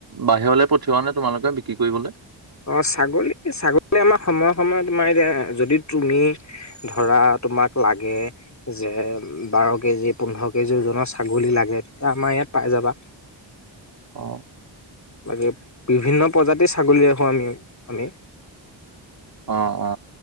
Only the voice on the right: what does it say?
বাহিৰলৈ পঠিওৱা নে তোমালোকে বিক্ৰী কৰিবলে।
অ
অ, অ।